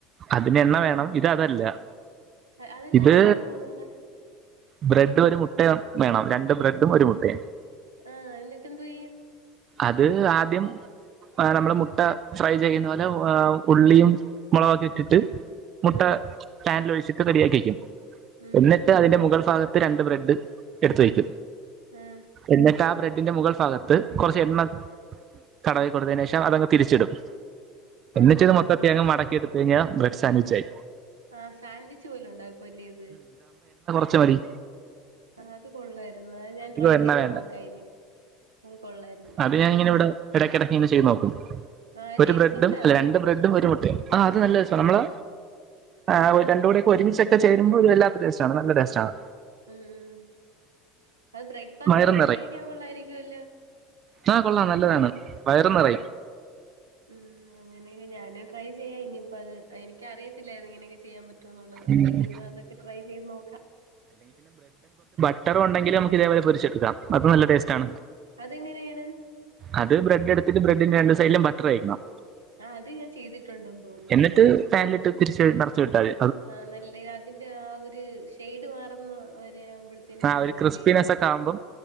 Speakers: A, on the right (about 40°); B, on the right (about 85°).
A: അതിന് എണ്ണ വേണം ഇത് അതല്ല.
B: അതല്ലാതെ
A: ഇത്
B: വേറെ എന്തോന്നാണ്.
A: ബ്രെഡ് ഒരു മുട്ടയും വേണം, രണ്ട് ബ്രെഡും ഒരു മുട്ടയും.
B: ആഹ് എന്നിട്ട് എന്തോ ചെയ്യും.
A: അത് ആദ്യം. ആഹ് നമ്മള് മുട്ട ഫ്രൈ ചെയ്യുന്നപോലെ ഓഹ് ഉള്ളിയും മുളക് ഒക്കെ ഇട്ടിട്ട്. മുട്ട
B: ഉം
A: പാനില് ഒഴിച്ചിട്ട് റെഡിയാക്കി വെക്കും,
B: ഉം
A: എന്നിട്ട് അതിന്റെ മുകൾഭാഗ ത്ത് രണ്ട് ബ്രെഡ് എടുത്തു വയ്ക്കും,
B: ആഹ്
A: എന്നിട്ട് ആഹ് ബ്രെഡിന്റെ മുകൾഭാഗത്ത്. കുറച്ച് എണ്ണ തടവി കൊടുത്തതിന് ശേഷം അതങ്ങ് തിരിച്ചിടും. എന്നിട്ട്
B: ആഹ്
A: ഇത് മൊത്തത്തിൽ അങ്ങ് മടക്കിയെടുത്ത് കഴിഞ്ഞാൽ ബ്രെഡ് സാൻഡ്‌വിച്ച് ആയി.
B: ആഹ് സാൻഡ്‌വിച്ച് പോലെ ഉണ്ടാക്കുവല്ലേ അത്.
A: ച്ച വതി
B: ആഹ് അത് കൊള്ളായിരുന്നു അത് ഞാൻ ട്രൈ
A: എണ്ണ
B: ചെയ്ത്
A: വേണ്ട
B: നോക്ക ഇനി അത് കൊള്ളാര്
A: അത് ഞാന് ഇങ്ങനെ ഇവടെ എടക്കെടക്ക് ഇങ്ങനെ ചെയ്ത് നോക്കും
B: ആഹ്
A: ഒരു
B: ടേസ്റ്റ്
A: ബ്രെഡും
B: ഉണ്ടായിരുന്നു
A: അല്ല രണ്ട് ബ്രെഡും ഒരു മുട്ടയും ആഹ് അത് നല്ല രസാ നമ്മള് ആഹ് ഒര് രണ്ടൂടെക്കെ ഒരുമിച്ചൊക്കെ ചേരുമ്പോ ഒരു വല്ലാത്ത ടേസ്റ്റാണ് നല്ല ടേസ്റ്റാണ്
B: ഉം ഉ അത് ബ്രേക്ക്ഫാസ്റ്റ്
A: വയറും
B: ആയിട്ടും കഴിക്കാൻ കൊള്ളായിരിക്കുവല്ലോ
A: ആഹ് കൊള്ളാം നല്ലതാണ് വയറും നെറയും
B: ഉം അങ്ങനെ ഞാന് ട്രൈ ചെയ്യാ ഇനിയിപ്പ അത് എനിക്ക് അറിയത്തില്ലായിര്ന്നു ഇങ്ങനെയൊക്കെ ചെയ്യാൻ പ റ്റൂന്നുള്ളത് അപ്പൊ
A: ഉം
B: ഇനി അതൊക്കെ ട്രൈ ചെയ്ത് നോക്കാ
A: ച്ചാറു ഉണ്ടെങ്കിലും നമുക്ക് ഇതേപോലെ പൊരിച്ചെടുക്കാം അതും നല്ല ടേസ്റ്റ് ആണ്.
B: അതെങ്ങനെയാണ്
A: അത് ബ്രെഡ് എട്ത്തിട്ട് ബ്രെഡിന്റെ രണ്ട് സൈഡിലും ബട്ടർ തേക്കണം
B: ആഹ് അത് ഞാൻ ചെയ്തിട്ടുണ്ടെന്ന് തോന്നുന്നു.
A: എന്നിട്ട് പാനിലിട്ട് തിരിച്ച് നെറച്ച് വിട്ടാതി.
B: ആഹ് നല്ല അതിന്റെ ആ ഒരു ഷെയ്ഡ് മാറുന്ന തെ ആവുമ്പോഴത്തേനും
A: ആ
B: എടുക്കണല്ലേ
A: ഒരു ക്രിസ്പിനെസ് ഒക്കെ ആകുമ്പം